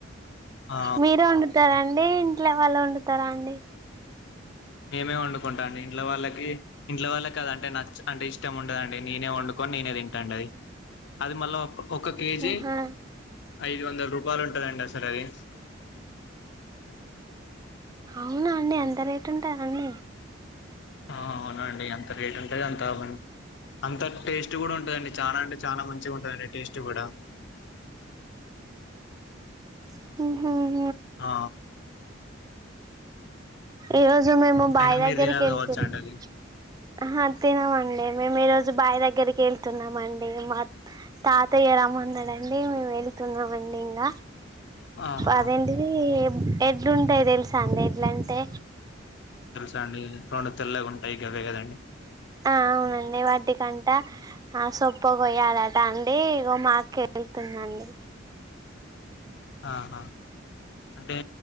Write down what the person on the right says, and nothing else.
మీరే వండుతారండి అండి ఇంట్లో వాళ్ళు వండుతారా అండి
ఆహా
అవునా అండి ఎంత రేటు ఉంటుందంీ
ఆహ
ఏ రో మేము బావి్
దగ్గరిక
వెళ్తున్నాం
తినమండి మేము ఈ రోజు బాయ్ దగ్గరికి వెళ్తున్నామ అండి మా తాతయ్య రమ్మందాడండి మే వెళ్ళి తండవడిడింద
అదేంటిది ఎడ్లుంటాయి తెలుస అండి ఎడ్లంటే
ఆ అవునండి వాటి కంటా సొప్ప కొయాలట అండి ఇగో మాక్క వెళ్తుందండి